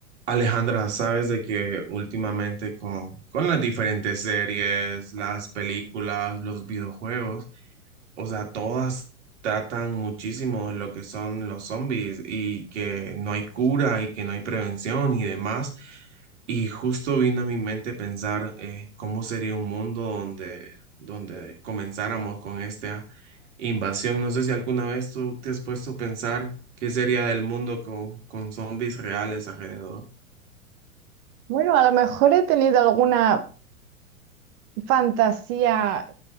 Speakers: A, on the right; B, on the right.
A: Alejandra, sabes de que últimamente con, con las diferentes series, las películas, los videojuegos, o sea, todas tratan muchísimo de lo que son los zombies y que no hay cura y que no hay prevención y demás. Y justo vino a mi mente pensar eh, cómo sería un mundo donde, donde comenzáramos con esta invasión. No sé si alguna vez tú te has puesto a pensar qué sería del mundo con, con zombies reales alrededor.
B: Bueno, a lo mejor he tenido alguna fantasía